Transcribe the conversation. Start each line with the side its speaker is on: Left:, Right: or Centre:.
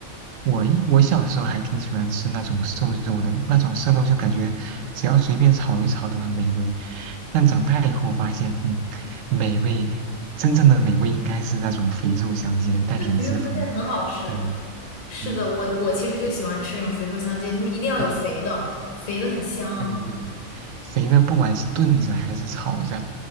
Right: 我一我小时候还挺喜欢吃那种瘦肉的，那种瘦肉就感觉只要随便炒一炒都很美味，但长大以后发现，嗯，美味真正的美味应该是那种肥瘦相间，带点脂肪，
Left: 对，肥瘦相间很好吃。
Right: 对，
Left: 是的，
Right: 嗯
Left: 我我其实就喜欢吃那种肥瘦相间，
Right: 对。
Left: 就是一定要有肥的，
Right: 对
Left: 肥的很香。
Right: 对对对，肥的不管是炖着还是炒着，